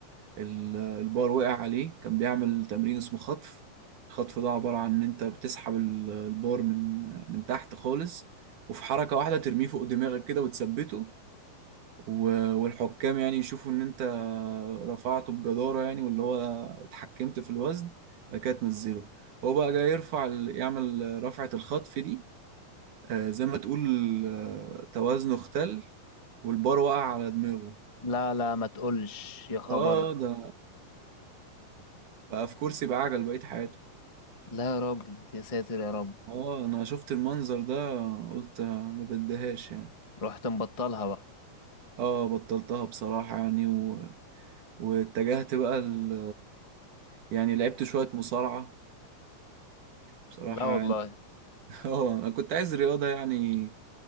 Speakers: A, on the right (about 70°); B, on the left (about 15°).
A: ال- البار وقع عليه كان بيعمل تمرين اسمه خطف الخطف ده عبارة عن ان انت بتسحب ال- البار من من تحت خالص وفي حركة واحدة ترميه فوق دماغك كده وتثبته و- والحكام يعني يشوفوا ان انت رفعته بجدارة يعني واللي هو اتحكمت في الوزن بعد كده تنزله هو بقى جاي يرفع ال- يعمل رفعة الخطف دي آه، زي ما تقول آه، توازنه اختل والبار وقع على دماغه
B: لا لا ما تقولش يا خبر
A: اه ده بقى في كرسي بعجل بقية حياته
B: لا يا راجل يا ساتر يا رب
A: اه انا شفت المنظر ده قلت ما بديهاش يعني
B: رحت مبطلها بقى
A: اه بطلتها بصراحة يعني و... واتجهت بقى ال... يعني لعبت شوية مصارعة بصراحة
B: لا والله
A: يعني <laughs> اه انا كنت عايز رياضه يعني